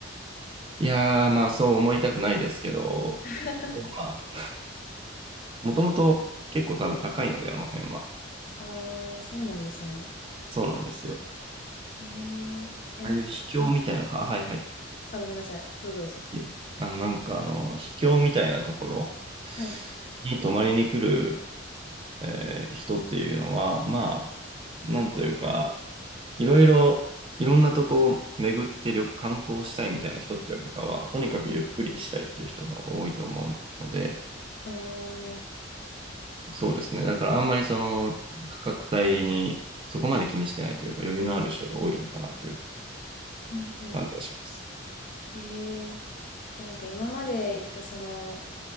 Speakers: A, on the right (about 25°); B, on the left (about 45°).
A: いやー、まあそう思いたくないですけど、
B: <laughs>
A: まあ、もともと結構多分高いので、あの辺は。
B: ああ、そうなんですね。
A: そうなんですよ。
B: ええ、えなんか、
A: ああいう秘境みたいな、あ、はいはい。
B: あ、ごめんなさい。どうぞどうぞ。
A: いえあの、なんかあの、秘境みたいなところ
B: はい。
A: に泊まりに来るえー人っていうのは、まあ、なんというか、いろいろ、いろんなとこを巡って旅観光したいみたいな人ってよりかは、とにかくゆっくりしたいっていう人が多いと思うので、
B: ああ、
A: そうですね。だからあんまりその価格帯にそこまで気にしてないというか、余裕のある人が多いのかなという
B: うんうん。
A: 感じがします。
B: ええ、えなんか今まで行ったその、